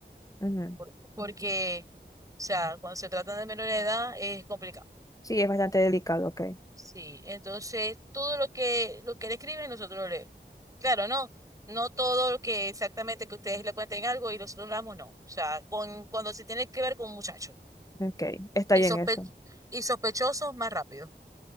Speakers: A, on the left; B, on the right.
A: ujú.
B: por- porque, o sea, cuando se trata de menor de edad es complicado.
A: Sí, es bastante delicado. Ok.
B: Sí, entonces todo lo que lo que le escriben nosotros lo leemos. Claro, no, no todo lo que exactamente que ustedes le cuenten algo y nosotros lo damos, no. O sea, con, cuando se tiene que ver con muchachos
A: Ok. Está
B: y
A: bien
B: sospe-
A: eso.
B: y sospechosos más rápido.